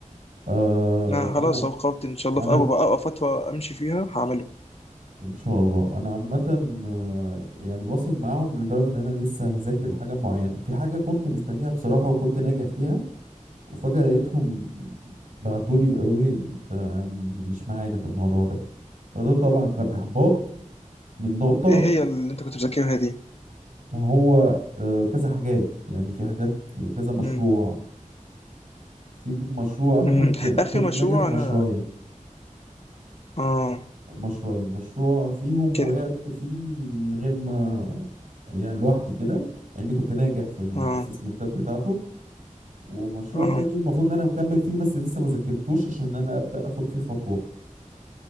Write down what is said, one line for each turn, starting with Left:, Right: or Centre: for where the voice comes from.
Right: آه
Left: انا خلاص
Right: انا
Left: أهو قررت ان شاء الله
Right: انا
Left: في اول أول فتره امشي فيها هعمل
Right: ان شاء الله انا عامه آه، يعني واصل معاهم لدرجه ان انا لسه هذاكر حاجه معينه في حاجه كنت مستنيها بصراحه وكنت ناجح فيها وفجاه لقيتهم بعتولي قالوا لي انت مش معانا في الموضوع ده فده طبعا كان احباط من نقطه
Left: ايه هي اللي انت كنت بتذاكرها دي
Right: ما هو آه، كذا حاجات يعني في حاجات كذا مشروع
Left: مم.
Right: في مشروع انا
Left: مم.
Right: كنت
Left: اخر
Right: كنت
Left: مشروع
Right: ناجح في مشروعين
Left: انا اه
Right: مشروعين مشروع فيهم
Left: كده
Right: وقعت فيه من غير ما يعني لوحدي كده اني كنت ناجح في الاسسمنتات
Left: اه
Right: بتاعته ومشروع
Left: اه
Right: تاني المفروض ان انا مكمل فيه بس لسه ما ذاكرتوش عشان انا ابدا اخد فيه خطوه